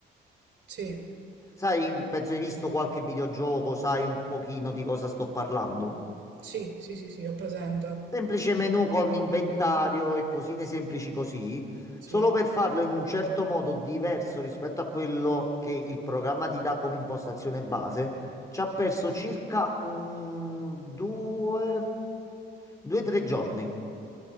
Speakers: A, on the right; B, on the left.
A: Sì,
B: Sai, penso hai visto qualche videogioco, sai un pochino di cosa sto parlando.
A: sì, sì, sì, sì, ho presente.
B: Semplice menu con inventario e cosine semplici così,
A: Sì.
B: solo per farlo in un certo modo diverso rispetto a quello che il programma ti dà come impostazione base, ci ha perso circa un due, due, tre giorni,